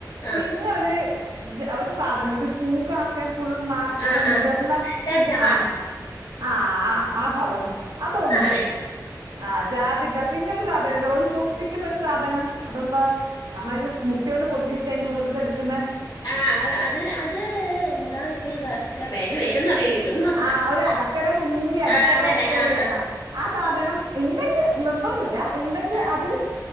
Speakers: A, on the left; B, on the right.
A: ആ
B: പിന്നെ, ഒരു ഒരു ജാ, ഓര് സാധനം, ഒരു പൂക്കണക്കെ ഫുൾ ന ങ്ങനെ
A: ആ ആ
B: വിടർന്ന,
A: ഇത് ജാതി
B: ആഹ്, ആഹ്, ആഹ്. ആ സാധനം അതൊന്ന്
A: ആണ്
B: ആഹ്, ജാതിക്ക. പിന്നെ, ഒരു സാധനം ല്ലേ? ഒരു പൊട്ടിക്കുന്നൊരു സാധനം, അതെന്താ? നമ്മയൊരു മുട്ടിയോണ്ട് പൊട്ടിചിട്ട് അയ്ന്റെ ഉള്ള്ത്തെടുക്കുന്നെ
A: ആഹ്, അത്, അത് എന്താന്നിക്കൊ രു അയ്ന്റെ പേരൊന്നും അറിയ്‌ല, ഇടുംന്ന് മാത്രം.
B: ആ ഒരു അടക്കര കുഞ്ഞി അടക്കര
A: ആഹ്, അതെന്നെ
B: ചെറിയ
A: ആഹ് ആഹ്.
B: ആ ആ സാധനം ഇണ്ടെങ്കേ നിർബന്തുല്ല. ഇണ്ടെങ്കേ
A: ആ
B: അത്